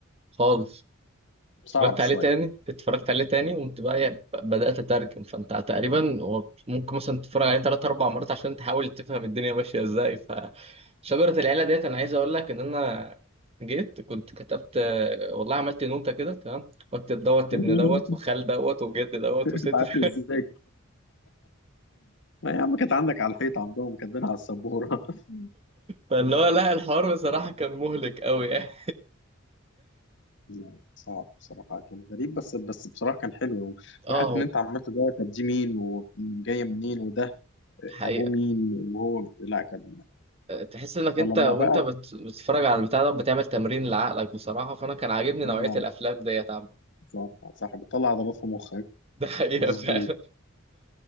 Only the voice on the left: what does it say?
صعب
شوية
<laughs>
أنت عارف
إزاي ما يا عم كانت عندك على الحيطة عندهم كاتبينها على السبورة <laughs>
مم.
لا، صعب بصراحة كان غريب بس بس بصراحة كان حلو
وحتى
إن أنت عمال تدور طب دي مين وجاية منين وده
أبوه مين وهو لا كان
فلما
بقى
آه،
صح صح، بتطلع عضلات في مخك
مظبوط